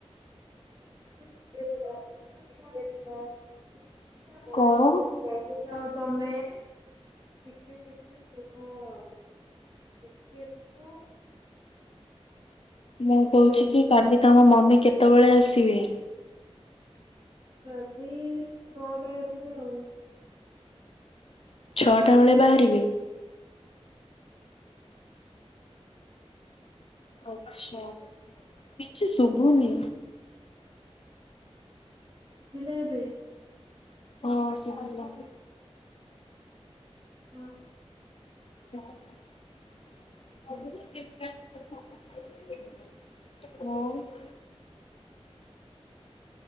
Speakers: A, on the right; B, on the left.
A: <inaudible>
B: କଣ?
A: <inaudible> ଟିକେ <unintelligible>
B: ମୁଁ
A: ହ୍ୟାଲୋ
B: କହୁଛି କି କାଲି ତମ ମମି କେତେବେଳେ ଆସିବେ।
A: କାଲି ନଅଟା ଆଡକୁ ଆଉ।
B: ଛଅଟା ବେଳେ ବାହାରିବେ। ଆଚ୍ଛା। କିଛି ସୁଭୁନି।
A: ବିଲାଇବେ।
B: ହଁ ସୁଭିଲା।
A: ହଁ।
B: <inaudible> ଆଉ।